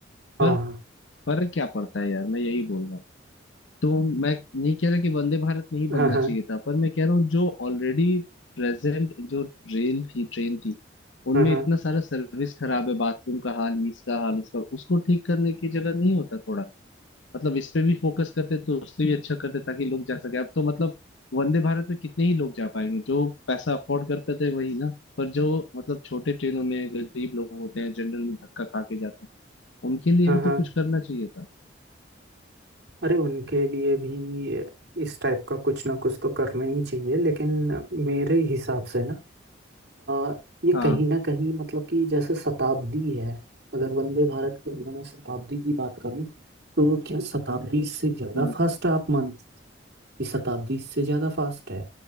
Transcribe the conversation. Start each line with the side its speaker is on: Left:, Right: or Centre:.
Left: पर
Right: हाँ
Left: फर्क क्या पड़ता है यार मैं यही बोल रहा हूँ तो मैं नहीं कह रहा कि वंदे भारत नहीं बनना
Right: हाँ हाँ
Left: चाहिए था पर मैं कह रहा हूँ जो ऑलरेडी प्रेजेंट जो रेल थी ट्रेन थी उनमें
Right: हाँ हाँ
Left: इतना सारा सर्विस खराब है बाथरूम का हाल ये इसका हाल उसका उसको ठीक करने की जगह नहीं होता थोड़ा मतलब इस पे भी फोकस करते तो उससे भी अच्छा करते ताकि लोग जा सके अब तो मतलब वंदे भारत में कितने ही लोग जा पाएंगे जो पैसा अफोर्ड कर पाते वही ना पर जो मतलब छोटे ट्रेनों में गरीब लोग होते हैं जनरल में धक्का खा के जाते हैं उनके लिए
Right: हाँ
Left: भी तो
Right: हाँ
Left: कुछ करना चाहिए था
Right: अरे उनके लिए भी इस टाइप का कुछ ना कुछ तो करना ही चाहिए लेकिन मेरे हिसाब से ना अ, ये
Left: हाँ
Right: कहीं ना कहीं मतलब कि जैसे शताब्दी है अगर वंदे भारत के अंदर मैं शताब्दी की बात करूं तो क्या शताब्दी से ज़्यादा
Left: हाँ।
Right: फास्ट आप मानते हैं कि शताब्दी से ज़्यादा फास्ट है